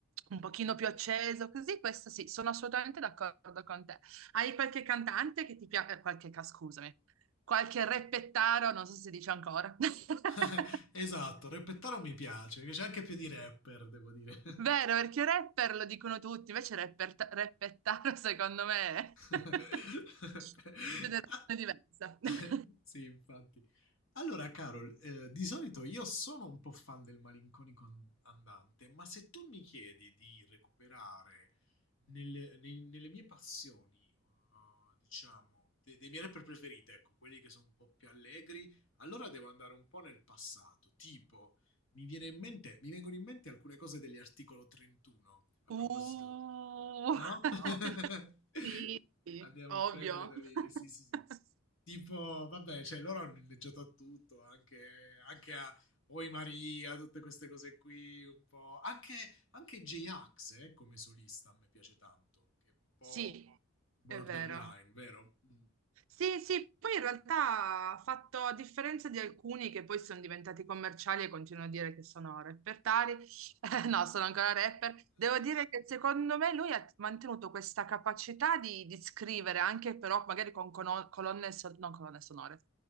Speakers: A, on the right; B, on the left.
A: un pochino più acceso, così, questo sì, sono assolutamente d'accordo con te. Hai qualche cantante che ti piace, qualche, ca- scusami, qualche reppettaro, non so se si dice ancora. <laughs>
B: <laughs> Esatto, rappettaro mi piace, mi piace anche più di rapper, devo dire.
A: Vero, perché rapper lo dicono tutti, invece rapper, reppettaro secondo me
B: <laughs>
A: è <laughs> una generazione diversa.
B: <laughs>
A: <laughs>
B: Sì, infatti. Allora, Carol, eh, di solito io sono un po' fan del malinconico an- andante, ma se tu mi chiedi di recuperare nel- nei- nelle mie passioni, eh, diciamo, de- dei miei rapper preferiti, ecco, quelli che sono un po' più allegri, allora devo andare un po' nel passato. Tipo, mi viene in mente, mi vengono in mente alcune cose degli articolo 31, a
A: Uh,
B: proposito, eh, no?
A: <laughs>
B: <laughs>
A: sì, sì,
B: Andiamo
A: ovvio.
B: a prendere da lì,
A: <laughs>
B: sì, sì, sì tipo, vabbè, cioè loro hanno inneggiato a tutto, anche, anche a Oi Maria, tutte queste cose qui, un po'. Anche, anche J-Ax, eh, come solista, a me piace tanto, che è un po'
A: Sì,
B: borderline,
A: è vero.
B: vero? Mm.
A: Sì, sì, poi in realtà ha fatto, a differenza di alcuni che poi sono diventati commerciali e continuano a dire che sono repertari, <laughs> no, sono ancora rapper, devo dire che secondo me lui ha mantenuto questa capacità di, di scrivere anche però magari con cono- colonne, son- non colonne sonore,